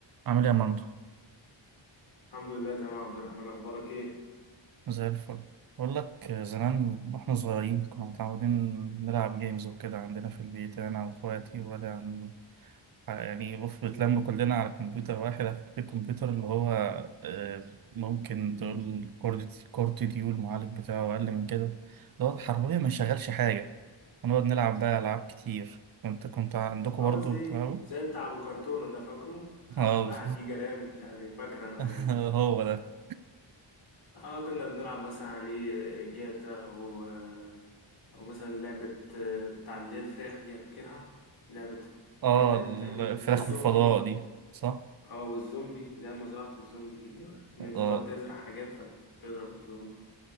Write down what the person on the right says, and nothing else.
عامل ايه يا مندو
زي الفل بقول لك آه، زمان واحنا صغيرين كنا متعودين نلعب جيمز وكده عندنا في البيت انا واخواتي وولاد عمي يعني بص بنتلم
كلنا على كمبيوتر واحد على فكرة الكمبيوتر اللي هو آه، ممكن تقول كورت كورت ديو المعالج بتاعه اقل من كده اللي هو حرفيا ما شغالش حاجة ونقعد نلعب بقى العاب كتير كنت كنت عندكم
برضه
بتاعه
اه
<laughs>
هو ده
اه
الفراخ
والفضاء دي صح
اه.